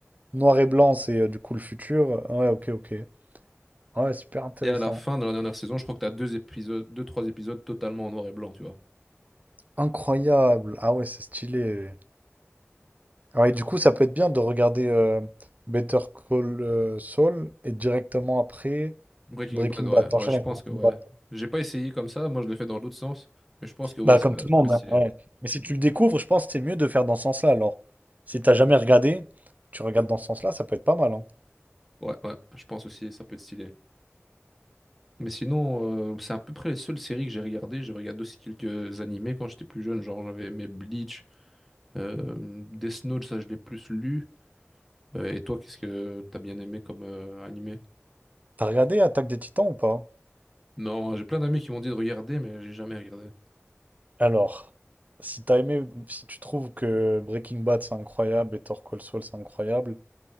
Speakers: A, on the right; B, in the centre.
A: Noir et blanc, c'est euh, du coup le futur. Ouais, ok, ok. Ouais, super intéressant.
B: Et à la fin, dans la dernière saison, je crois que t'as deux épisodes, deux, trois épisodes totalement en noir et blanc, tu vois.
A: Incroyable. Ah ouais, c'est stylé. Ah ouais, du coup, ça peut être bien de regarder euh, Better Call euh, Saul et directement après
B: Breaking
A: Breaking
B: Bad, ouais,
A: Bad. T'enchaînes
B: ouais, je
A: avec
B: pense
A: Breaking
B: que ouais.
A: Bad.
B: J'ai pas essayé comme ça, moi je l'ai fait dans l'autre sens, mais je pense que ouais,
A: Bah,
B: ça,
A: comme tout le
B: ça
A: monde,
B: peut être
A: hein,
B: stylé.
A: ouais. Mais si tu le découvres, je pense que c'est mieux de faire dans ce sens-là alors. Si t'as jamais regardé, tu regardes dans ce sens-là, ça peut être pas mal, hein.
B: Ouais, ouais, je pense aussi, ça peut être stylé. Mais sinon, euh, c'est à peu près les seules séries que j'ai regardées. j'ai regardé aussi quelques animés quand j'étais plus jeune. Genre, j'avais aimé Bleach, euh, Death Note, ça je l'ai plus lu. Euh, et toi, qu'est-ce que t'as bien aimé comme euh, animé?
A: T'as regardé Attaque des Titans ou pas?
B: Non, j'ai plein d'amis qui m'ont dit de regarder, mais j'ai jamais regardé.
A: Alors, si t'as aimé, si tu trouves que Breaking Bad c'est incroyable, Better Call Saul c'est incroyable,